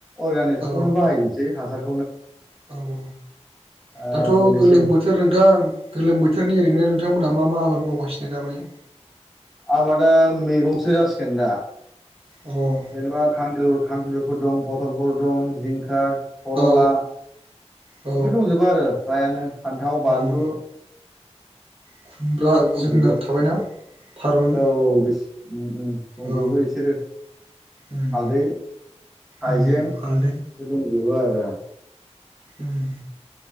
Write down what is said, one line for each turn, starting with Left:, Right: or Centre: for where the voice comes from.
Centre: अर्गानिकखौनो
Right: औ
Centre: बाहायसै हासारखौ
Right: औ औ
Centre: ओ
Right: दाथ'
Centre: बेनोसै
Right: गोलोम बोथोर नोंथां गोलोम बोथोरनि ओरैनो नोंथांमोनहा मा मा आबाद मावगासिनो दामानि?
Centre: आबादा मैगंसो जासिगोन दा
Right: अ औ
Centre: जेनेबा खानजर खांख्रिफोर दं फथलफोर दं जिंखा खरला
Right: औ
Centre: बेफोर
Right: औ
Centre: दंजोबो आरो फ्रायानो फान्थाव
Right: उम
Centre: बानलु
Right: खुमब्रा
Centre: बेखौ दंजोबो
Right: जोगोनार थाबायना थारुन
Centre: औ औ बेसे ओम ओम दंजोबो
Right: औ
Centre: बिसोरो
Right: उम
Centre: हालदै हाइजें
Right: उम हालदै
Centre: बे दंजोबो आरो
Right: ओम